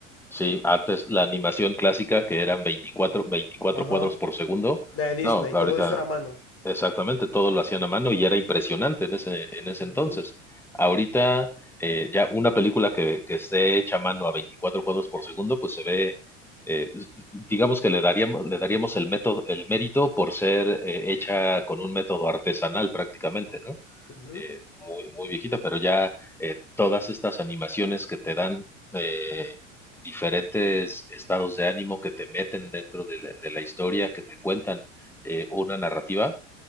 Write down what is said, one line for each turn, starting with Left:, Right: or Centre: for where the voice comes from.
Centre: Sí, antes la animación clásica que eran 24, 24
Left: Ajá.
Centre: cuadros por segundo.
Left: La de Disney,
Centre: No, ahorita
Left: todo eso era a mano.
Centre: Exactamente, todo lo hacían a mano y era impresionante en ese, en ese
Left: Ujú,
Centre: entonces. Ahorita eh, ya una película que, que esté hecha a mano a 24 cuadros por segundo, pues se ve, eh, s- digamos que le daríamos, le daríamos el método, el mérito por ser eh, hecha con un método artesanal prácticamente, ¿no?
Left: ujú,
Centre: Eh, muy, muy viejita, pero ya eh, todas estas animaciones que te dan eh, diferentes estados de ánimo, que te meten dentro de la, de la historia, que te cuentan eh, una narrativa